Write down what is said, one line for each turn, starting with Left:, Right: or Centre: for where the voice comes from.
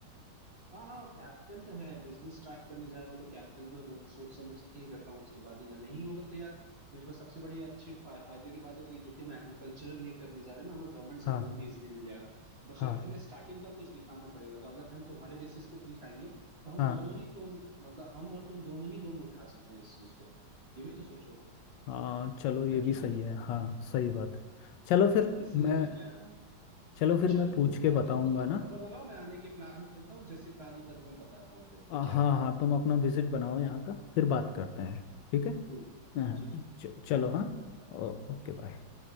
Right: हाँ हाँ कैपिटल तो है बिजनेस स्टार्ट करने जा रहा हूँ तो कैपिटल तो रो- सोच समझ के ही रखा हूँ उसके बाद ही ना नहीं होगा तो यार देखो सबसे बड़ी अच्छी फा, फायदे की बात है कि जो कि हम एग्रीकल्चरल ये करने जा रहे हैं ना हमें गवर्नमेंट से
Left: हाँ
Right: लोन भी इजिली मिल जाएगा बशर्ते
Left: हाँ
Right: हमें स्टार्टिंग का कुछ दिखाना पड़ेगा तो अगर हम तुम्हारे बेसिस पे दिखाएंगे तो हम
Left: हाँ
Right: दोनों ही लोन मतलब हम और तुम दोनों ही लोन उठा सकते हैं इस चीज पे ये भी तो सोचो
Left: हाँ चलो ये
Right: है कि
Left: भी
Right: नहीं
Left: सही है हाँ सही बात है चलो फिर
Right: इसीलिए
Left: मैं
Right: मैं कह रहा हूँ
Left: चलो फिर
Right: चलो
Left: मैं पूछ के
Right: हाँ
Left: बताऊँगा
Right: तुम थोड़ा
Left: ना
Right: खबर लगाओ मैं आने के प्लान करता हूँ जैसे प्लान होता है तुम्हें बताता हूँ फिर ठीक
Left: आ, हाँ
Right: है
Left: हाँ तुम अपना विजिट बनाओ यहाँ का फिर बात करते हैं ठीक है
Right: ठीक है
Left: हाँ
Right: ठीक
Left: च-
Right: ठीक
Left: चलो
Right: चलो
Left: हाँ
Right: ओके
Left: ओ- Okay bye